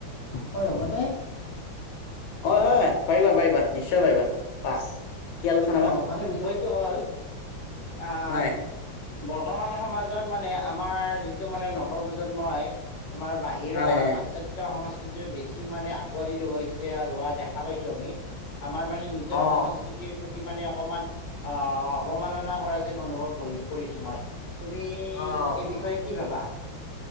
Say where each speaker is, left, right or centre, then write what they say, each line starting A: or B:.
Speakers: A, on the left; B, on the left.
A: সময় হ'বনে?
B: অ' হয়-হয়, পাৰিবা পাৰিবা নিশ্চয় পাৰিবা। কোৱা কি আলোচনা
A: অহ
B: বা
A: মানে বিষয়টো হ'ল অহ
B: হয়
A: বৰ্তমান সমাজত মানে আমাৰ যিটো মানে নৱপ্ৰজন্ম হয়। আমাৰ বাহিৰাৰ
B: হয় হয়
A: পাশ্চাত্য সংস্কৃতিৰ কি বেছি মানে আকোৱালি লৈছে লোৱা দেখা পাইছো আমি আমাৰ মানে নিজৰ
B: অ
A: সংস্কৃতিৰ প্ৰতি মানে অকমান অ' অৱমাননা কৰা যেন অনুভৱ কৰিছো মই - তুমি
B: অ
A: এই বিষয়ে
B: অ
A: কি ভাবা? <inaudible>